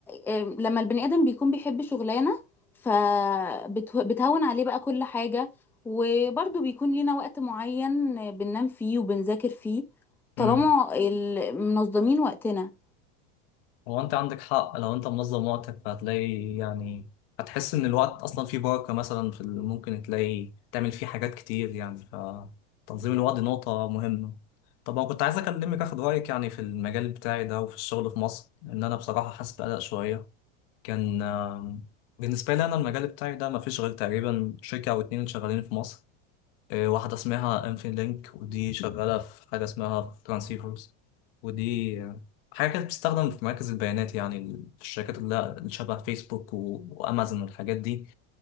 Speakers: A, in the centre; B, on the left.
A: آه، لما البني آدم بيكون بيحب شغلانة فبتهون عليه بقى كل حاجة وبرضه بيكون لينا وقت معين آه، بننام فيه وبنذاكر فيه
B: مم.
A: طالما ال- منظمين وقتنا
B: هو انت عندك حق لو انت منظم وقتك فهتلاقي يعني هتحس ان الوقت اصلا فيه بركة مثلا في ال- ممكن تلاقي تعمل فيه حاجات كتير يعني فتنظيم الوقت دي نقطة مهمة طب انا كنت عايز اكلمك اخد رأيك يعني في المجال بتاعي ده وفي الشغل في مصر لان انا بصراحة حاسس بقلق شوية كان آم، بالنسبة لي انا المجال بتاعي ده مفيش غير تقريبا شركة او اتنين شغالين في مصر إيه، واحدة اسمها انفين لينك ودي شغالة في حاجة اسمها ترانسيفرز ودي آه، حاجة كانت بتستخدم في مراكز البيانات يعني ال- في الشركات اللي اللي شبه فيسبوك و- وأمازون والحاجات دي